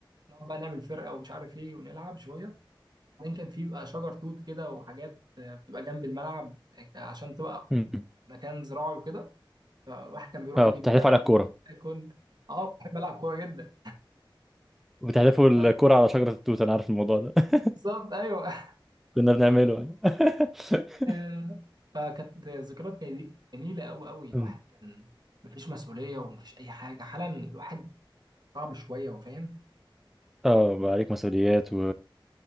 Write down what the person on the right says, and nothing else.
نقعد بقى نعمل فرقه ومش عارف ايه ونلعب شويه بعدين كان في بقى شجر توت كده وحاجات آه، بتبقى جنب الملعب يعني عشان تبقى
مكان زراعي وكده فالواحد كان بيروح
يجيب
بقى
توت،
ياكل اه بحب العب كوره جدا
<laughs>
بالظبط ايوه
آه، فكانت ذكريات جي- جميله قوي قوي الواحد
كان مفيش مسؤوليه ومفيش اي حاجه حالا الواحد صعب شويه وفاهم